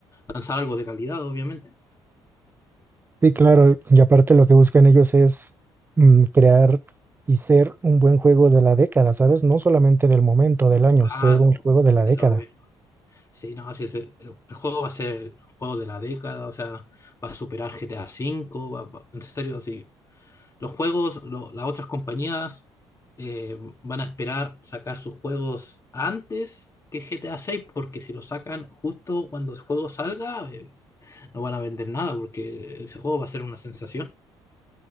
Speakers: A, on the left; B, on the right.
A: lanzar algo de calidad, obviamente.
B: Sí, claro, y aparte lo que buscan ellos es mm, crear y ser un buen juego de la década, ¿sabes? No solamente del momento, del año, ser
A: Ah,
B: un juego de la
A: eso,
B: década.
A: Sí, no, sí, ese- el, el juego va a ser el juego de la década, o sea, va a superar GTA V, va- va- en serio, sí. Los juegos, lo- las otras compañías eh, van a esperar sacar sus juegos antes que GTA VI, porque si lo sacan justo cuando el juego salga, eh, no van a vender nada, porque ese juego va a ser una sensación,